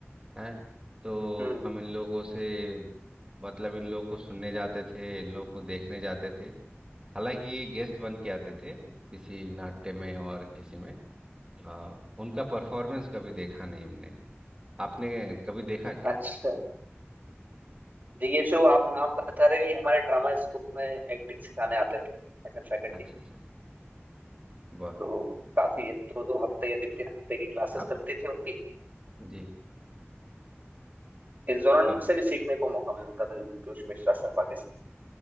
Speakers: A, on the right; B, on the right.
A: हैं तो
B: हम्म
A: हम इन लोगों से मतलब इन लोगों को सुनने जाते थे इन लोगों को देखने जाते थे हालांकि ये गेस्ट बन के आते थे किसी नाट्य में और किसी में आ, उनका परफॉर्मेंस कभी देखा नहीं हमने आपने कभी देखा क्या
B: अच्छा जी ये जो आप नाम बता रहे हैं ये हमारे ड्रामा स्कूल में एक्टिंग सिखाने आते थे एज ए फैकल्टी
A: अच्छा अच्छा वाह
B: तो काफी दो दो हफ्ते या तीन तीन हफ्ते की क्लासेस
A: आप
B: चलती थी उनकी
A: जी
B: इस दौरान उनसे
A: आप
B: भी सीखने को मौका मिलता था पीयूष मिश्रा सर वगैरह से।